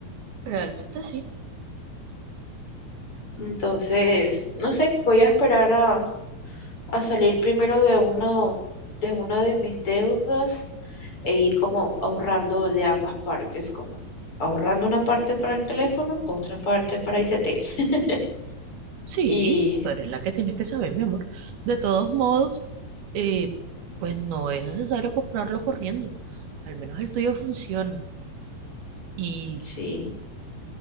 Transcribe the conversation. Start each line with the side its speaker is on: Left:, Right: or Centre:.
Right: Realmente sí.
Left: Entonces, no sé, voy a esperar a, a salir primero de una, de una de mis deudas e ir como ahorrando de ambas partes, como ahorrando una parte para el teléfono, otra parte para I C ICTs. <laughs>
Right: Sí,
Left: Y
Right: pero es la que tienes que saber, mi amor. De todos modos, eh, pues no es necesario comprarlo corriendo. Al menos el tuyo funciona. Y
Left: sí,